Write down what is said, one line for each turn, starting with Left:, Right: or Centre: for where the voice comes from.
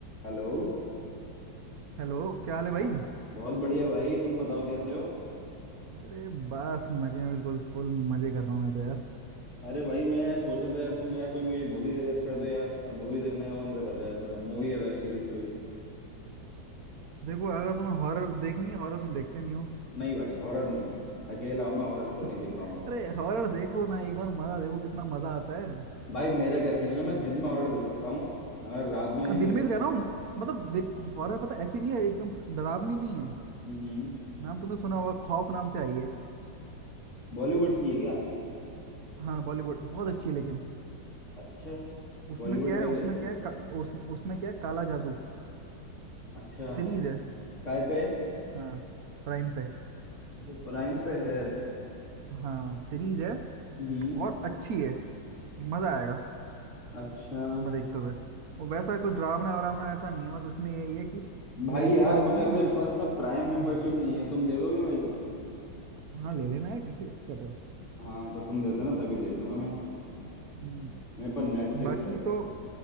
Left: Hello
Right: Hello क्या हाल है भाई
Left: हाँ बहुत बढ़िया भाई तुम बताओ कैसे हो
Right: अरे बस मजे में बिल्कुल फुल मजे कर रहा हूँ मैं तो यार
Left: अरे भाई मैं यार सोच रहा था यार तुम यार कोई मुझे मूवी सजेस्ट कर दो यार मैं मूवी देखने का मन कर रहा था यार मेरा मूवी या वेब सीरीज कोई
Right: देखो अगर तुम्हें हॉरर देखनी है हॉरर तुम देखते नहीं हो
Left: नहीं भाई हॉरर नहीं अकेला हूँ मैं हॉरर तो नहीं
Right: <laughs>
Left: देख पाऊंगा
Right: अरे हॉरर देखो ना एक बार मजा देखो कितना मजा आता है
Left: भाई मेरा क्या सीन है ना मैं दिन में हॉरर देख सकता हूँ मगर रात में नहीं
Right: दिन
Left: मैं
Right: में
Left: देख
Right: तो कह
Left: सकता
Right: रहा हूँ मतलब दिन हॉरर पता ऐसी नहीं है एकदम डरावनी नहीं है
Left: हम्म
Right: नाम तुमने सुना होगा खौफ नाम से आई है एक
Left: बॉलीवुड की है क्या
Right: हाँ बॉलीवुड बहुत अच्छी है लेकिन
Left: अच्छा
Right: उसमें
Left: बॉलीवुड
Right: क्या है
Left: वाले
Right: उसमें क्या है का, उस, उसमें क्या है काला जादू
Left: अच्छा
Right: सीरीज है
Left: काय पे है?
Right: हाँ प्राइम पे
Left: जो प्राइम पे है
Right: हाँ सीरीज है
Left: हम्म
Right: और अच्छी है मजा आएगा
Left: अच्छा
Right: दो में देखते हुए वो वैसा कोई डरावना वरावना ऐसा नहीं है बस उसमें यही है कि
Left: भाई
Right: लड़कियां
Left: यार
Right: होती
Left: मगर
Right: हैं
Left: मेरे पास ना प्राइम मेंबरशिप
Right: हाँ
Left: नहीं है तुम दे दोगे मुझे
Right: हाँ ले लेना यार कैसी बात कर रहे हो
Left: हाँ तो तुम दे देना तभी देख लूंगा मैं
Right: हम्म,
Left: मेरे पर नेटफ्लिक्स
Right: बाकी
Left: है
Right: तो